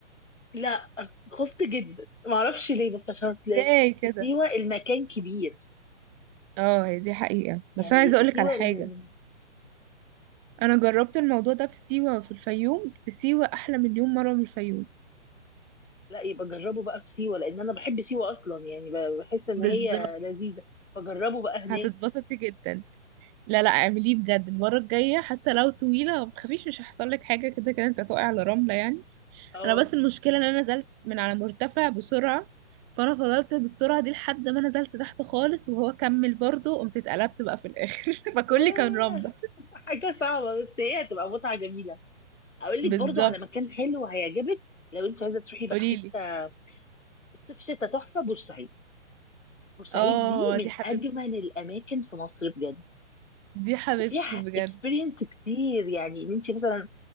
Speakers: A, on the left (about 80°); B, on the right (about 25°).
A: لا خفت جدا ما اعرفش ليه بس عشان اصل
B: ازاي كده
A: في سيوه المكان كبير
B: اه هي دي حقيقة بس
A: يعني
B: انا عايزة
A: في
B: اقولك
A: سيوه
B: على حاجة
A: ال...
B: انا جربت الموضوع ده في سيوة وفي الفيوم في سيوة احلى مليون مرة من الفيوم
A: لا يبقى جربه بقى في سيوة لأن أنا بحب سيوة أصلا يعني ب- بحس إن
B: بالظبط
A: هي لذيذة فجربه بقى هناك
B: هتتبسطي جدا لا لا اعمليه بجد المرة الجاية حتى لو طويلة ما تخافيش مش هيحصل لك حاجة كده كده انت هتقعي على رملة يعني
A: أه
B: انا بس المشكلة ان انا نزلت من على مرتفع بسرعة فانا فضلت بالسرعة دي لحد ما نزلت تحت خالص وهو كمل برضه قمت اتقلبت بقى في الاخر <laughs> فكلي
A: ياه
B: كان رملة
A: <laughs> حاجة صعبة بس هي هتبقى متعة جميلة أقول
B: بالظبط
A: لك برضو على مكان حلو هيعجبك لو أنت عايزة تروحي بقى
B: قوليلي
A: حتة الصيف شتاء تحفة بورسعيد بورسعيد
B: اه
A: دي من
B: دي حبيبتي
A: أجمل الأماكن في مصر بجد
B: دي حبيبتي
A: وفيها
B: بجد
A: اكسبيرينس كتير يعني ان انت مثلا